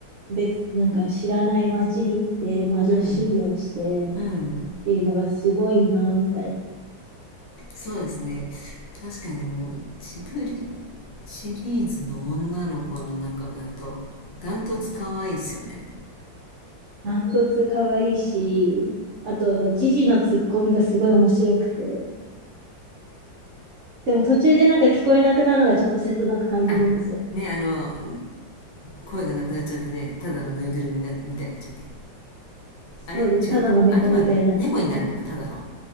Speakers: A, on the right; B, on the left.
A: 別、なんか知らない街に行って魔女修行してっ
B: うん。うん。
A: ていうのがすごいな、みたいな。
B: そうですね。確かにでも、ジブリシリーズの女の子の中だと、ダントツ可愛いですよね。
A: ダントツ可愛いし、あと、ジジのツッコミがすごい面白くて。でも途中でなんか聞こえなくなるのがちょっと切なく感じるんですよ。
B: あ、ね、あの、声がなくなっちゃってね、ただのぬいぐるみな、みたいになっちゃって。
A: そうで、
B: あれ違うか。
A: ただの猫みたいな、
B: あれは猫になるのか、
A: あ
B: ただの。